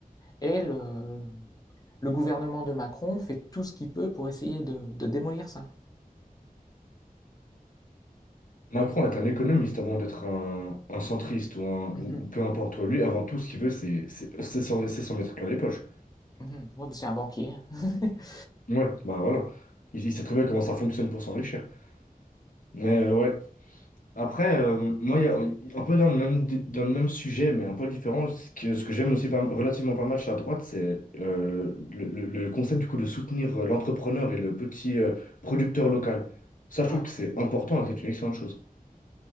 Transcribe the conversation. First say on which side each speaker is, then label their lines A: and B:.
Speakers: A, on the left; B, on the left.
A: Et le, le gouvernement de Macron fait tout ce qu'il peut pour essayer de, de démolir ça.
B: Macron est un économiste avant d'être un, un centriste ou, un,
A: Mhm.
B: ou, ou peu importe. toi. Lui, avant tout, ce qu'il veut, c'est c'est- c'est s'en c'est s'en mettre plein les poches.
A: Mhm. Ouais, mais c'est un banquier. <laughs>
B: Ouais, bah voilà. Il, il sait très bien comment ça fonctionne pour s'enrichir. Mais euh, ouais. Après, euh, moi, il y a- un peu dans le même, dans le même sujet, mais un peu différent, ce que, ce que j'aime aussi pas- relativement pas mal chez la droite, c'est euh, le, le- le concept du coup de soutenir euh, l'entrepreneur et le petit euh, producteur local. Ça, je
A: Ouais.
B: trouve que c'est important et que c'est une excellente chose.